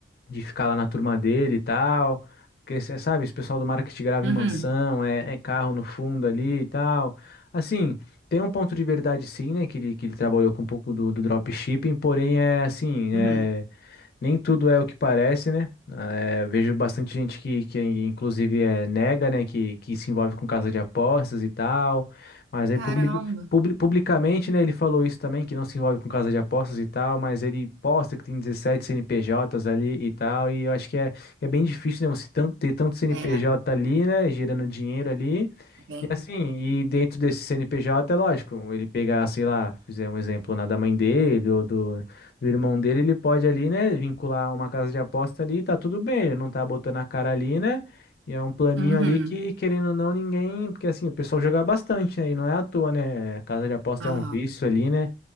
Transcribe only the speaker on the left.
de ficar lá na turma dele e tal. Porque, você sabe, esse pessoal do marketing grava
em mansão, é, é carro no fundo ali e tal. Assim, tem um ponto de verdade sim, né? Que ele, que ele trabalhou com um pouco do, do dropshipping, porém é assim,
é nem tudo é o que parece, né? Eh, vejo bastante gente que, que inclusive, é, nega, né? Que, que se envolve com casa de apostas e tal. Mas
aí, public, publi- publicamente, né? Ele falou isso também, que não se envolve com casa de apostas e tal. Mas ele posta que tem 17 CNPJs ali e tal. E eu acho que é, é bem difícil, né? Você tan- ter tanto CNPJ
ali, né? Girando dinheiro ali.
E assim, e dentro desse CNPJ, é lógico, ele pegar, sei lá, fizer um exemplo na da mãe dele ou do do irmão dele, ele pode ali, né, vincular uma casa de aposta ali, tá tudo bem, ele não tá botando a cara ali, né? E é um planinho
ali que, querendo ou não, ninguém, porque assim, o pessoal joga bastante, né? E não é à toa, né? Casa de aposta
é um vício ali, né?